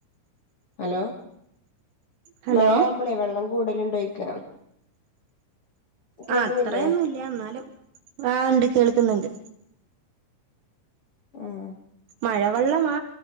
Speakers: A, on the left; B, on the right.
A: ഹലോ
B: ഹലോ
A: മഴവുമ്പളേ വെള്ളം കൂടുല ഉണ്ടോയ്ിക്ക കേക്കുന്നില്ലേ
B: ആ അത്രയൊന്നും ഇല്ല എന്നാലും ആ ഉണ്ട് കേൾക്കുന്നുണ്ട്
A: മ്മ്
B: മഴവെള്ളമാ